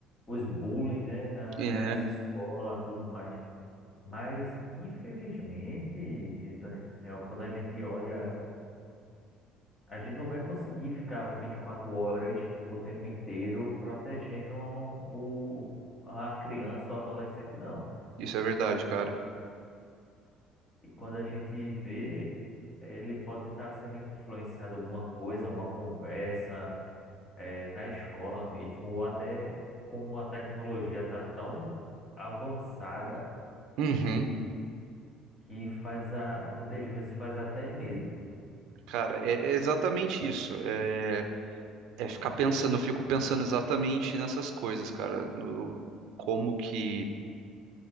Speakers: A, on the left (about 15°); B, on the right (about 65°).
A: os bullying, né, na,
B: É,
A: nas escolas, tudo mais. Mas, infelizmente, Daniel, quando a gente olha, a gente não vai conseguir ficar 24 horas o tempo inteiro protegendo o, a criança ou adolescente, não.
B: isso é verdade, cara.
A: E quando a gente vê, eh, ele pode estar sendo influenciado alguma coisa, uma conversa, eh, na escola mesmo, ou até como a tecnologia está tão avançada
B: Uhum.
A: que faz a, muitas vezes faz até medo.
B: Cara, é é exatamente isso. É, é ficar pensando, eu fico pensando exatamente nessas coisas, cara. No, como que.